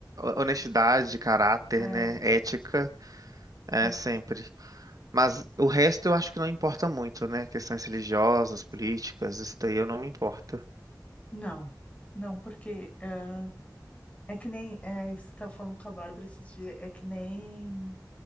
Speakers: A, on the right; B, on the left.
A: honestidade, caráter,
B: É,
A: né? Ética, é
B: ah,
A: sempre. Mas o resto eu acho que não importa muito, né? Questões religiosas, políticas, isso daí eu não me importo.
B: não, não, porque ah, é que nem é, isso que eu tava falando com a Bárbara esses dias, é que nem